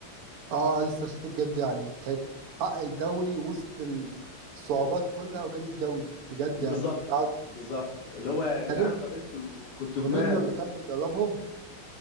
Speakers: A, on the right; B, on the left.
A: اه لسه سيتي بجد يعني كانت حقق الدوري وسط الصعوبات كلها وجاب الدوري بجد
B: بالظبط
A: يعني ده
B: بالظبط اللي هو يا جدعان
A: تقريبا
B: طب انتوا كنتوا
A: مورينيو
B: جماد
A: اللي كان بيدربهم